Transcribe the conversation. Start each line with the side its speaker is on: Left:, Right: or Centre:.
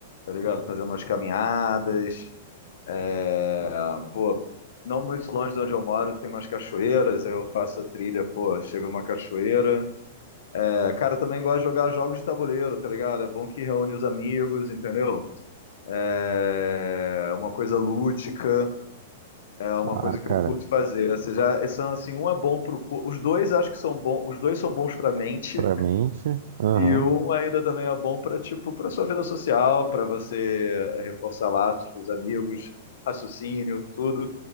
Left: tá ligado? Fazer umas caminhadas. é, Pô, não muito longe de onde eu moro, tem umas cachoeiras, aí eu faço a trilha, pô, chego numa cachoeira. É, cara, eu também gosto de jogar jogos de tabuleiro, tá ligado? É bom que reúne os amigos, entendeu? É uma coisa lúdica, é uma
Right: Ah,
Left: coisa que
Right: cara,
Left: eu curto fazer. Ou seja, são assim, um é bom pro corpo. Os dois acho que são bons, os dois são bons pra mente.
Right: pra mente, aham,
Left: E um ainda também é bom para tipo para sua vida social, para você reforçar laços com os amigos, raciocínio, tudo.